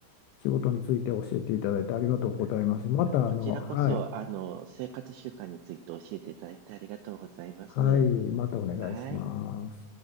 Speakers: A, on the left; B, on the right.
A: 仕事について教えていただいてありがとうございます。また、
B: こちらこそ、
A: あの、はい、
B: あの、生活習慣について教えていただいてありがとうございます。
A: はい、またお願いします。
B: はい。